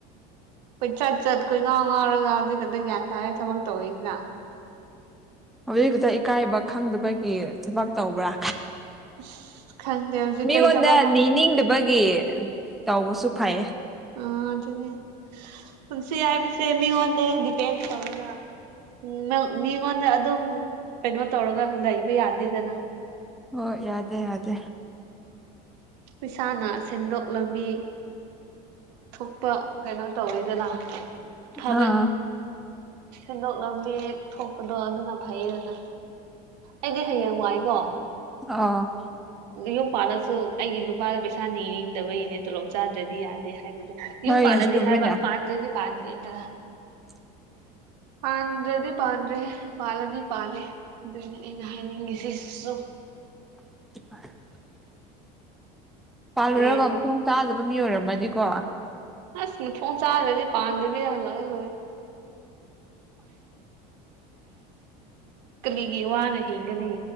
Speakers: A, on the right; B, in the centre.
A: ꯀꯣꯏꯆꯠ ꯆꯠ ꯀꯣꯏꯉꯥꯎ ꯉꯥꯎꯔꯒ ꯍꯧꯖꯤꯛ ꯈꯛꯇ ꯒ꯭ꯌꯥꯟ ꯇꯥꯔꯦ ꯊꯕꯛ ꯇꯧꯋꯤꯁꯤꯅ
B: ꯍꯧꯖꯤꯛ ꯈꯛꯇ ꯏꯀꯥꯏꯕ ꯈꯪꯗꯕꯒꯤ ꯊꯕꯛ ꯇꯧꯕ꯭ꯔꯥ
A: ꯑꯁ ꯈꯪꯗꯦ ꯍꯧꯖꯤꯛ
B: ꯃꯤꯉꯣꯟꯗ
A: ꯀꯔꯤ ꯊꯕꯛꯅꯣ
B: ꯅꯤꯅꯤꯡꯗꯕꯒꯤ ꯇꯧꯕꯁꯨ ꯐꯩꯌꯦ
A: ꯑ ꯑꯗꯨꯅꯦ ꯄꯨꯟꯁꯤ ꯍꯥꯏꯕꯁꯦ ꯃꯤꯉꯣꯟꯗ ꯗꯤꯄꯦꯟ ꯇꯧꯔꯒ ꯅꯪ ꯃꯤꯉꯣꯟꯗ ꯑꯗꯨꯝ ꯀꯩꯅꯣ ꯇꯧꯔꯒ ꯂꯩꯕ ꯌꯥꯗꯦꯗꯅ
B: ꯍꯣꯏ ꯌꯥꯗꯦ ꯌꯥꯗꯦ
A: ꯄꯩꯁꯥꯅ ꯁꯦꯟꯗꯣꯛ ꯂꯝꯕꯤ ꯊꯣꯛꯄ ꯀꯩꯅꯣ ꯇꯧꯋꯤꯗꯅ ꯐꯕ
B: ꯑꯥ
A: ꯁꯦꯟꯗꯣꯛ ꯂꯝꯕꯤ ꯊꯣꯛꯄꯗꯣ ꯑꯗꯨꯅ ꯐꯩꯌꯦꯗꯅ꯫ ꯑꯩꯗꯤ ꯍꯌꯦꯡꯋꯥꯏꯀꯣ
B: ꯑ
A: ꯌꯨꯝ ꯄꯥꯜꯂꯁꯨ ꯑꯩꯒꯤ ꯅꯨꯄꯥꯗ ꯄꯩꯁꯥ ꯅꯤꯅꯤꯡꯗꯕꯒꯤꯅꯦ ꯇꯣꯂꯣꯞ ꯆꯥꯗ꯭ꯔꯗꯤ ꯌꯥꯗꯦ ꯍꯥꯏꯕꯗꯣ
B: ꯍꯣꯏ
A: ꯌꯨꯝ ꯄꯥꯂꯗꯤ
B: ꯆꯨꯝꯃꯤꯅꯦ
A: ꯍꯥꯏꯕ ꯄꯥꯟꯗꯗꯤ ꯄꯥꯟꯗꯦꯗ꯭ꯔ
B: <inaudible>
A: ꯄꯥꯟꯗꯗꯤ ꯄꯥꯟꯗꯔ꯭ꯦ ꯄꯥꯂꯗꯤ ꯄꯥꯜꯂꯦ ꯑꯗꯨꯅꯤ ꯑꯩꯅ ꯍꯥꯏꯅꯤꯡꯉꯤꯁꯤꯁꯨ
B: <unintelligible> ꯄꯥꯜꯂꯨꯔꯒ
A: ꯍꯌꯦꯡꯋꯥꯏ
B: ꯃꯊꯣꯡ ꯆꯥꯗꯕ ꯃꯤ ꯑꯣꯏꯔꯝꯃꯗꯤꯀꯣ
A: ꯑꯁ ꯃꯊꯣꯡ ꯆꯥꯗ꯭ꯔꯗꯤ ꯄꯥꯟꯗꯕꯤꯗ ꯍꯜꯂꯛꯑꯒꯂꯣꯏꯔꯦ ꯀꯔꯤꯒꯤ ꯋꯥꯅ ꯍꯤꯡꯒꯅꯤ